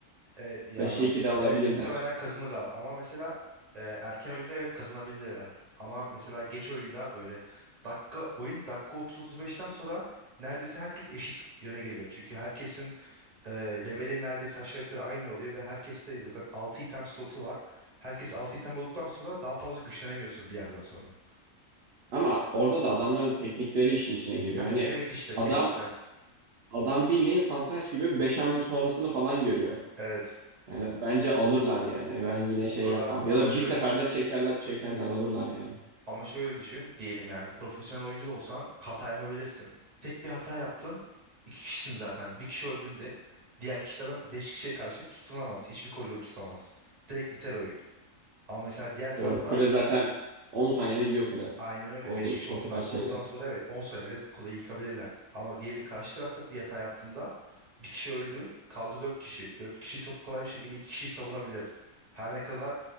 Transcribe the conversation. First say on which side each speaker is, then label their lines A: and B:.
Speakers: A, on the right; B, on the right.
A: E, ya
B: 5'e 2 de alabilirler.
A: evet muhtemelen kazanırlar ama mesela e, erken oyunda evet kazanabilirler. Ama mesela geç oyunda böyle dakika oyun dakika 30-35'ten sonra neredeyse herkes eşit yöne geliyor. Çünkü herkesin e, leveli neredeyse aşağı yukarı aynı oluyor ve herkeste zaten 6 item slotu var. Herkes 6 item olduktan sonra daha fazla güçlenemiyorsun bir yerden sonra.
B: Ama orada da adamların teknikleri işin içine giriyor.
A: Heh,
B: Hani
A: evet işte
B: adam
A: teknikler.
B: adam bildiğin satranç gibi 5 hamle sonrasını falan görüyor.
A: Evet.
B: Yani bence alırlar yani. E, Ben yine
A: Orada
B: şey yapmam.
A: da ama
B: Ya da
A: şöyle
B: bir seferde çekerler çekerler alırlar yani.
A: Ama şöyle düşün diyelim yani profesyonel oyuncu da olsan hata yapabilirsin. Tek bir hata yaptın. iki kişisin zaten. Bir kişi öldüğünde diğer kişi zaten beş kişiye karşı tutunamaz. Hiçbir koridoru tutamaz. Direkt biter oyun. Ama mesela diğer tarafta
B: Doğru. Kule zaten 10 saniyede gidiyor kule.
A: aynen öyle.
B: O,
A: Beş kişi olduğunda
B: o kadar
A: dakika
B: şeyde.
A: 30'dan sonra evet 10 saniyede kuleyi yıkabilirler. Ama diyelim karşı tarafta bir hata yaptığında bir kişi öldü. Kaldı dört kişi. Dört kişi çok kolay bir şekilde iki kişiyi savunabilir. Her ne kadar